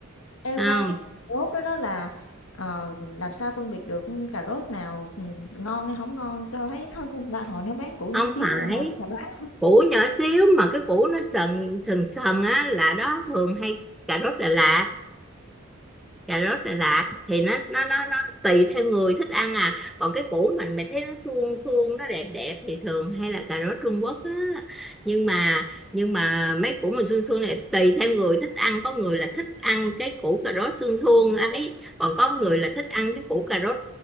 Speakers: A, on the left; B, in the centre.
A: Ê,
B: không
A: khoan, cái cà rốt đó đó là, ờ, làm sao phân biệt được, cà rốt nào, ừm, ngon hay không ngon? Tao thấy nó con ba họ nó bán củ nhỏ
B: không
A: xíu,
B: phải
A: họ nó chà bá,
B: củ nhỏ xíu mà cái củ nó sần sần sần á là đó thường hay cà rốt Đà Lạt cà rốt Đà Lạt thì nó nó nó nó tùy theo người thích ăn à còn cái củ mình mày thấy nó suông suông nó đẹp đẹp thì thường hay là cà rốt Trung Quốc á nhưng mà nhưng mà mấy củ mà suông suông này tùy theo người thích ăn có người là thích ăn cái củ cà rốt suông suông ấy còn có người là thích ăn cái củ cà rốt